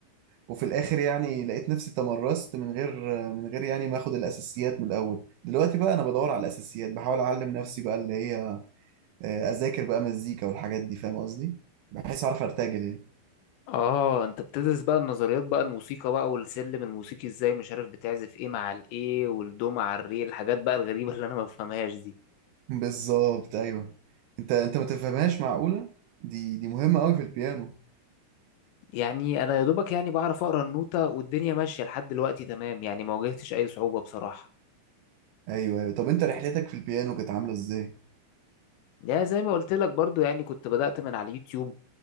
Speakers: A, on the right; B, on the left.
A: وفي الآخر يعني لقيت نفسي تمرست من غير من غير يعني ما أخد الأساسيات من الأول دلوقتي بقى أنا بدور على الأساسيات بحاول أعلم نفسي بقى اللي هي آه، أذاكر بقى مزيكا والحاجات دي فاهم قصدي؟ بحيث أعرف أرتجل يعني
B: اه انت بتدرس بقى النظريات بقى الموسيقى بقى والسلم الموسيقي ازاي مش عارف بتعزف ايه مع الايه والدو مع الري الحاجات بقى الغريبة <laughs> اللي انا ما بفهمهاش دي
A: بالظبط ايوه انت انت ما تفهمهاش معقولة دي دي مهمة قوي في البيانو
B: يعني انا يا دوبك يعني بعرف اقرا النوتة والدنيا ماشية لحد دلوقتي تمام يعني ما واجهتش اي صعوبة بصراحة
A: ايوه ايوه طب انت رحلتك في البيانو كانت عاملة ازاي
B: يا زي ما قلت لك برضو يعني كنت بدأت من على اليوتيوب